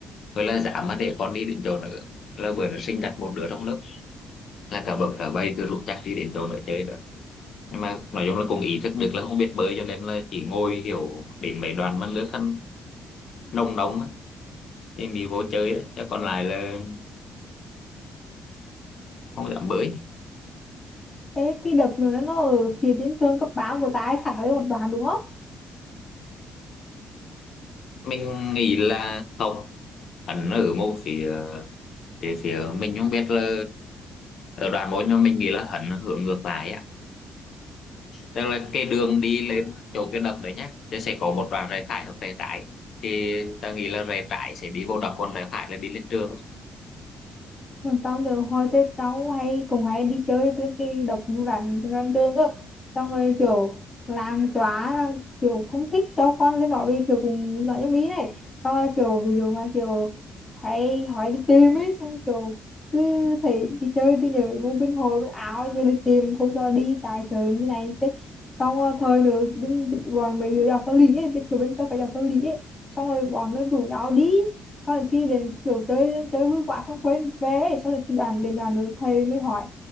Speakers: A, on the left; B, on the left.
A: gọi là dám mà để con đi đến chỗ nữa là bữa nó sinh đặt một đứa trong lớp là cả bậc cả bay cứ lục chắc đi đến chỗ nữa chơi đó nhưng mà nói chung là cũng ý thức được là không biết bơi cho nên là chỉ ngồi kiểu đến mấy đoàn mà nước khăn nông nóng á thì mình vô chơi đó chứ còn lại là không dám bơi
B: Thế cái đợt nữa nó ở phía trên trường cấp 3 của ta ấy thẳng lên một đoạn đúng không?
A: mình nghĩ là không hắn ở một phía phía, phía mình không biết là ở đoàn bốn nhưng mà mình nghĩ là hắn hướng ngược lại á tức là cái đường đi lên chỗ cái đập đấy nhá thì sẽ có một đoạn rẽ phải hoặc rẽ trái thì ta nghĩ là rẽ trái sẽ đi vô đập còn rẽ phải là đi lên trường
B: còn tao nhớ hồi tết cháu hay cũng hay đi chơi cái cái đập rắn gần trường cơ xong rồi kiểu làng chóa là kiểu không thích cho con lên đó vì kiểu cùng nói nhâm ý này xong rồi kiểu ví dụ mà kiểu hay hỏi đi tìm ấy xong kiểu cứ thấy đi chơi đi nhảy mua bên hồ bên áo giờ đi tìm không cho đi tài sự như này thế xong rồi thời nữa đứng bọn mấy đứa đèo sao lý ấy biết kiểu bên cho phải đèo sao lý ấy xong rồi bọn nó rủ nhau đi sau đến khi đến kiểu chơi chơi vui quá xong quên vé sau đến khi đàn đến đàn nữa thầy mới hỏi